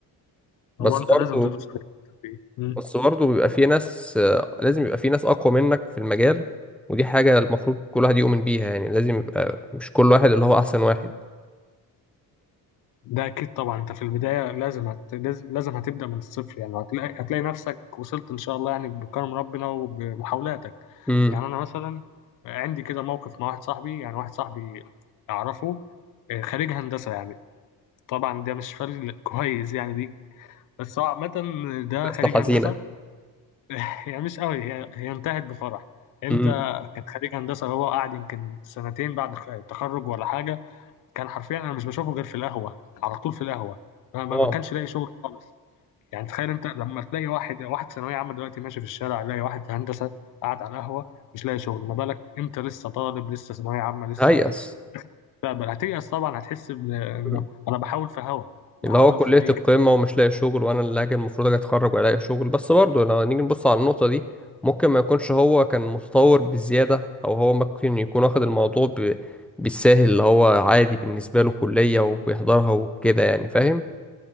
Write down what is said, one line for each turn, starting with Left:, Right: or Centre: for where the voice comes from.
Centre: بس
Left: هو انت
Centre: برضه
Left: لازم تدوس في الحتة دي. مم.
Centre: بس برضه بيبقى في ناس آه، لازم يبقى في ناس اقوى منك في المجال ودي حاجة المفروض كل واحد يؤمن بيها يعني لازم يبقى مش كل واحد اللي هو احسن واحد
Left: ده اكيد طبعا انت في البدايه لازم هت... لاز- لازم هتبدا من الصفر يعني هتلاقي هتلاقي نفسك وصلت ان شاء الله يعني بكرم ربنا وبمحاولاتك
Centre: امم
Left: يعني انا مثلا عندي كده موقف مع واحد صاحبي يعني واحد صاحبي اعرفه آه، خريج هندسه يعني طبعا ده مش فرق كويس يعني دي بس هو عامه ده
Centre: قصة
Left: خريج
Centre: حزينة
Left: هندسه <laughs> يعني مش قوي هي هي انتهت بفرح انت
Centre: امم.
Left: كان خريج هندسه هو قاعد يمكن سنتين بعد التخرج ولا حاجه كان حرفيا انا مش بشوفه غير في القهوه على طول في القهوه ما, ما
Centre: اه
Left: ما كانش لاقي شغل خالص يعني تخيل انت لما تلاقي واحد واحد ثانويه عامه دلوقتي ماشي في الشارع لاقي واحد في هندسه قاعد على القهوه مش لاقي شغل ما بالك انت لسه طالب لسه ثانويه عامه لسه
Centre: هيأس
Left: تقبل هتيأس طبعا هتحس بإن- انه
Centre: مم.
Left: انا بحاول في هوا بحاول
Centre: اللي هو كلية
Left: في اي
Centre: القمة ومش لاقي شغل وأنا اللي هاجي المفروض أجي أتخرج وألاقي شغل بس برضه لو نيجي نبص على النقطة دي ممكن ما يكونش هو كان متطور بزيادة أو هو ممكن يكون واخد الموضوع ب... بالساهل اللي هو عادي بالنسبة له كلية وبيحضرها وكده يعني فاهم؟